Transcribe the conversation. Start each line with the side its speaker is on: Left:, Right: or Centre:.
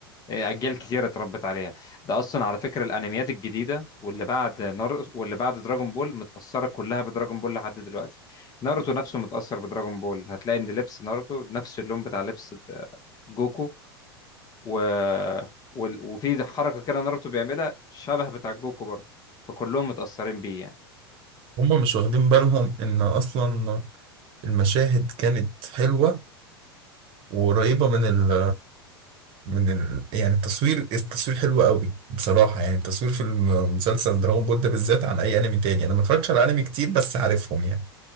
Left: إيه، اجيال كتيره اتربت عليها ده اصلا على فكره الانميات الجديده واللي بعد نار واللي بعد دراجون بول متاثره كلها بدراجون بول لحد دلوقتي ناروتو نفسه متاثر بدراجون بول هتلاقي ان لبس ناروتو نفس اللون بتاع لبس جوكو و... وال- وفي حركه كده ناروتو بيعملها شبه بتاع جوكو برضه فكلهم متاثرين بيه يعني
Right: هما مش واخدين بالهم ان اصلا المشاهد كانت حلوه وقريبة من ال من ال يعني التصوير التصوير حلو قوي بصراحة يعني التصوير في المسلسل دراغون بول ده بالذات عن أي أنمي تاني أنا ما اتفرجتش على أنمي كتير بس عارفهم يعني